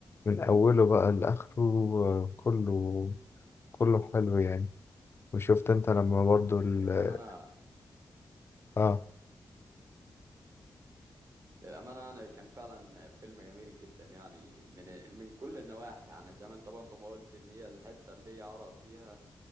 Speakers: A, on the left (about 35°); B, on the right (about 45°).
A: من أوله بقى لآخره آه، كله كله حلو يعني وشفت أنت لما برضو ال
B: الأمانة
A: آه
B: للأمانة يعني كان فعلا فيلم جميل جدا يعني من من كل النواحي يعني زي ما أنت برضو ما قلت إن هي الحتة اللي هي عرض فيها